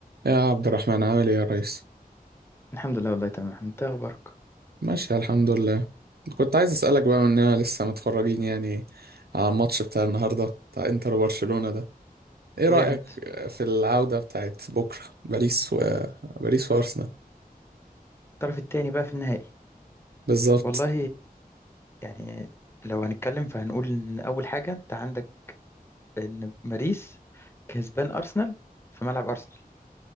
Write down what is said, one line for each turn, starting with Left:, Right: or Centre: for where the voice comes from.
Right: يا عبد الرحمن عامل ايه يا ريس
Left: الحمد لله والله تمام انت اخبارك
Right: ماشي الحمد لله كنت عايز اسالك بقى مننا لسه متفرجين يعني على الماتش بتاع النهارده بتاع انتر وبرشلونة ده ايه رايك
Left: جامد
Right: في العوده بتاعت بكره باريس و... باريس وارسنال
Left: الطرف التاني بقى في النهائي
Right: بالظبط
Left: والله يعني لو هنتكلم فهنقول ان اول حاجه انت عندك ان باريس كسبان ارسنال في ملعب ارسنال